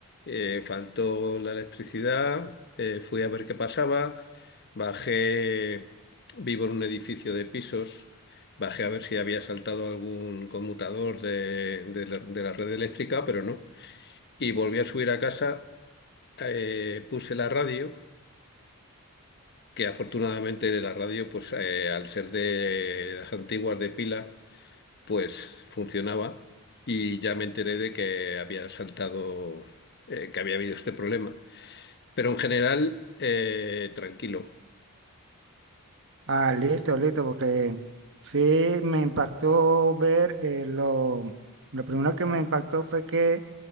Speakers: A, on the left; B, on the right.
A: eh, faltó la electricidad, eh, fui a ver qué pasaba, bajé, vivo en un edificio de pisos, bajé a ver si había saltado algún conmutador de, de la, de la red eléctrica, pero no. Y volví a subir a casa, eh, puse la radio, que afortunadamente la radio, pues eh, al ser de las antiguas de pila, pues funcionaba y ya me enteré de que había saltado, eh, que había habido este problema. Pero en general, eh, tranquilo.
B: Ah, listo, listo, porque sí me impactó ver eh, lo, lo primero que me impactó fue que